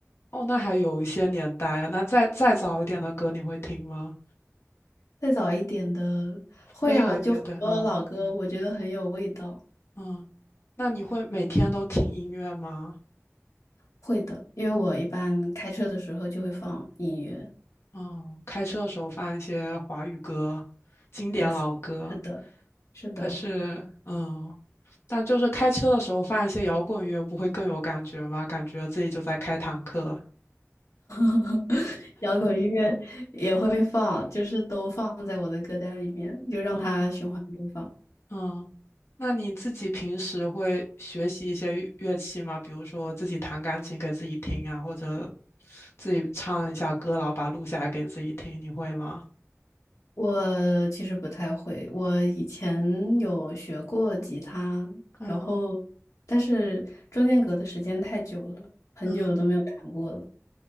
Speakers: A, on the left (about 55°); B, on the left (about 80°).
A: 哦，那还有一些年代啊。那再再早一点的歌你会听吗？
B: 再早一点的会啊，
A: 飞儿乐队，
B: 就很多老歌，
A: 嗯
B: 我觉得很有味道。
A: 嗯，那你会每天都听音乐吗？
B: 会的，因为我一般开车的时候就会放音乐。
A: 嗯，开车的时候放一些华语歌，经典老歌。
B: Yes，是的，是的，
A: 可是，嗯，但就是开车的时候放一些摇滚乐，不会更有感觉吗？感觉自己就在开坦克。
B: <laughs> 摇滚乐也会放，就是都放在我的歌单里面，就让它循环播放。
A: 嗯嗯，那你自己平时会学习一些乐乐器吗？比如说自己弹钢琴给自己听啊，或者自己唱一下歌，然后把它录下来给自己听，你会吗？
B: 我其实不太会，我以前有学过吉他，
A: 嗯
B: 然后但是中间隔的时间太久了，很久都没有弹过了，
A: 嗯